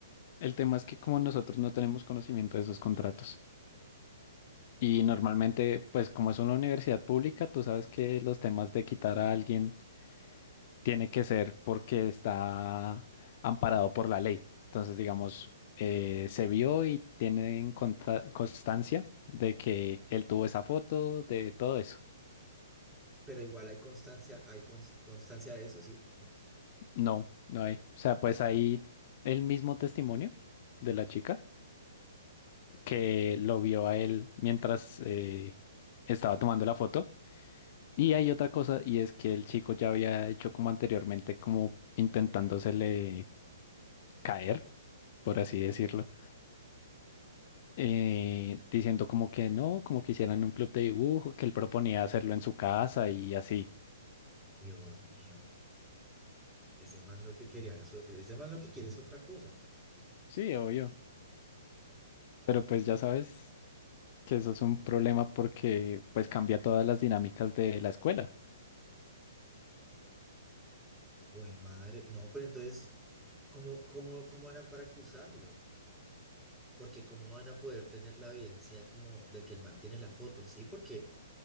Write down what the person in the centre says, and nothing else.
pero igual hay constancia, hay cons- constancia de eso, ¿sí?
Dios mío, ese man lo que quería, era so- ese man lo que quiere es otra cosa.
Güey, madre, no, pero entonces, ¿cómo, cómo, cómo harán para acusarlo? Porque ¿cómo van a poder tener la evidencia como de que el man tiene la foto? Sí, porque